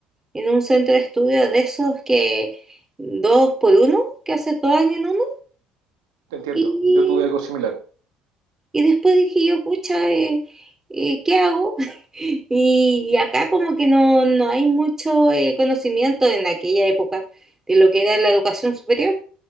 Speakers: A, on the right; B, on the right.
A: en un centro de estudio de esos que dos por uno, que hace dos años en uno.
B: Te entiendo,
A: Y,
B: yo tuve algo similar.
A: y después dije yo, pucha, eh, eh, ¿qué hago? <laughs> Y, y acá como que no, no hay mucho eh, conocimiento en aquella época de lo que era la educación superior.